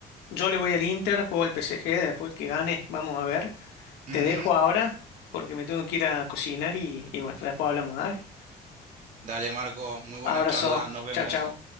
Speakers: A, on the left (about 80°); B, on the right (about 50°).
A: yo le voy al Inter, juego al PSG, después el que gane, vamos a ver.
B: Ujú.
A: Te dejo ahora porque me tengo que ir a cocinar y, y bueno, después hablamos, dale.
B: Dale, Marco, muy buena
A: Abrazo,
B: charla, nos vemos.
A: chao, chao.